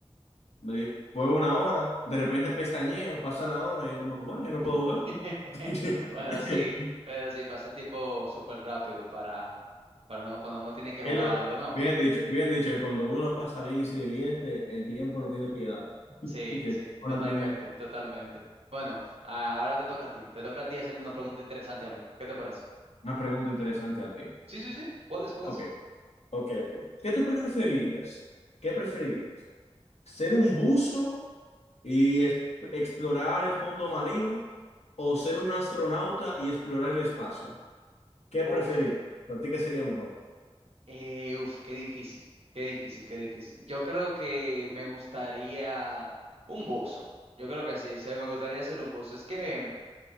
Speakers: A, on the left (about 80°); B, on the right (about 70°).
A: me juego una hora, de repente pestañeo, pasa la hora y es como que, bueno, ya no puedo
B: <laughs>
A: jugar. <laughs>
B: Bueno, sí, pero sí, pasa el tiempo súper rápido para, para uno, cuando uno tiene que
A: Bien,
B: jugar
A: lo-
B: algo, ¿no?
A: bien dicho, bien dicho, que cuando uno lo pasa bien y se divierte, el tiempo no tiene piedad. <laughs>
B: Sí,
A: Y el
B: sí,
A: tiempo
B: totalmente,
A: no tiene...
B: totalmente. Bueno, a- ahora te toca a ti. Te toca a ti hacerme una pregunta interesante a mí. ¿Qué te parece?
A: Una pregunta interesante a ti.
B: Sí, sí, sí. Puedes,
A: Ok,
B: puedes.
A: ok, ok. ¿Qué tú preferirías? ¿Qué preferirías? ¿Ser un buzo y es- explorar el fondo marino o ser un astronauta y explorar el espacio? ¿Qué preferirías?
B: Uf,
A: ¿Para ti qué sería mejor?
B: eh, uf, qué difícil, qué difícil, qué difícil. Yo creo que me gustaría un buzo. Yo creo que sí, sí, me gustaría ser un buzo. Es que